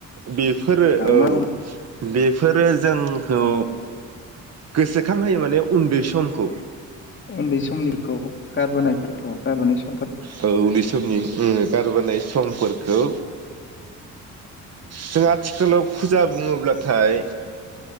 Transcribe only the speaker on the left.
मा
उन्दै समनिखौ गारबोनायफोरखौ गारबोनाय सम।